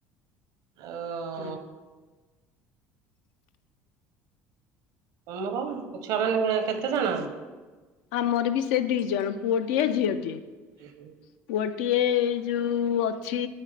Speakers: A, on the right (about 70°); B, on the left (about 80°).
A: ଆଉ
B: ହୁଁ ଉଁ।
A: ତମର ଛୁଆ ମାନେ କେତେ ଜଣ?
B: ଆମର ବି ସେ ଦି ଜଣ ପୁଅଟିଏ ଝିଅଟିଏ।
A: ହୁ।
B: ପୁଅଟିଏ ଏ ଯେଉଁ ଅଛି